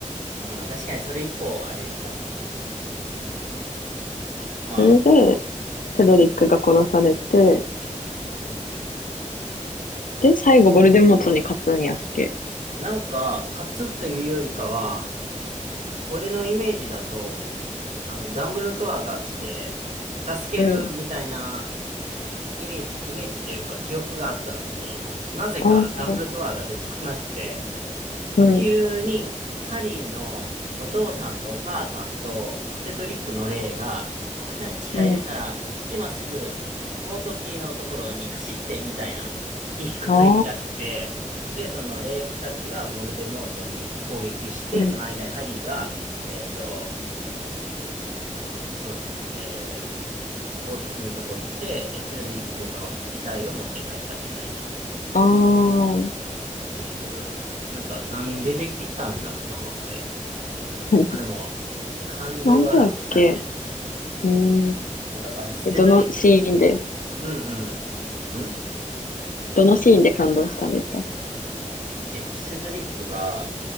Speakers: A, on the right; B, on the left.
A: あ、まあ、確かにそれ以降、あれやもんな。うん、ま
B: それで、セドリックが殺されて、
A: あ、うんうん。
B: で、最後、ヴォルデモートに勝つんやっけ。
A: なんか、勝つというよりかは、俺のイメージだと、あの、ダンブルドアが来て、助けるみたいな、
B: うん。
A: イメージ、イメージというか記憶があったのに、なぜかダブルドアが出てこなくて、
B: ああ、
A: で、
B: うん、
A: 急にハリーのお父さんとお母さんとセドリックの霊が、僕たちがいるから、
B: うん。
A: 今すぐボートキーのところに走ってみたいな、いいこと言い出して、
B: ああ、
A: で、その霊たちがヴォルデモートに攻撃して、
B: うん。
A: その間にハリーが、えっと、そうですね、えーボートキーのとこ行って、セドリックの遺体を持って帰ったみたいなっ
B: ああ。
A: ていう、なんかなんでできてきたんだと思って。
B: <laughs>
A: まあでも、感動はしたね。
B: なんでやっけうん。
A: なんか、あ、セドリッ
B: え、どのシーンで、
A: ク、うんうん。ん
B: どのシーンで感動したんですか
A: え、セドリックが、